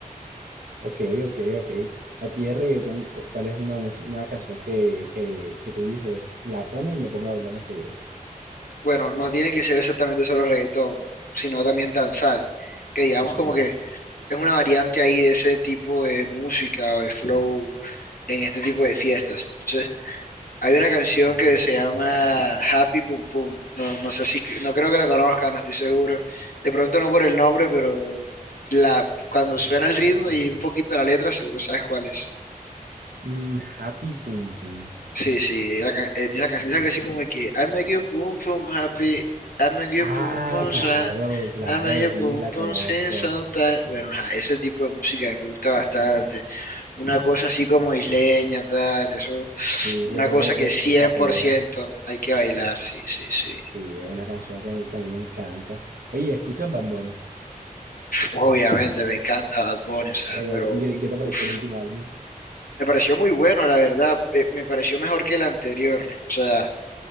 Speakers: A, on the right; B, on the left.
A: Ok, ok, ok. A ti de reggaetón, cu- ¿cuál es una, mus- una canción que, que, que tú dices, la pone y me pongo a bailar enseguida?
B: Bueno, no tiene que ser exactamente solo reggaetón, sino también danzal, que digamos
A: Ok.
B: como que es una variante ahí de ese tipo de música o de flow en este tipo de fiestas. Entonces, hay una canción que se llama Happy Pum Pum. No, no sé si, no creo que la conozca, no estoy seguro. De pronto no por el nombre, pero la, cuando suena el ritmo y un poquito la letra, seguro sabes cuál es.
A: Mm, Happy Pum Pum.
B: Sí, sí, la ca- eh, esa canción es algo así como de que I'm a you pum pum happy, I'm a you
A: Ah,
B: pum pum
A: claro,
B: sad,
A: claro,
B: I'm a you
A: sí,
B: pum
A: la
B: pum
A: conozco.
B: sin sometimes. Bueno, ajá, ese tipo de música a mí me gusta bastante. Una cosa así como isleña, tal, eso.
A: Sí,
B: Una
A: yo creo
B: cosa
A: que e-
B: que cien
A: esa
B: por
A: pega.
B: ciento hay que bailar, sí, sí, sí.
A: Sí, es una canción que, que a mí me encanta. Oye, ¿escuchas Bad Bunny?
B: Obviamente me encanta Bad Bunny, o sea,
A: Like,
B: pero
A: ¿Y qué, y qué te pareció
B: uf,
A: el último álbum?
B: me pareció muy bueno, la verdad. eh, Me pareció mejor que el anterior, o sea.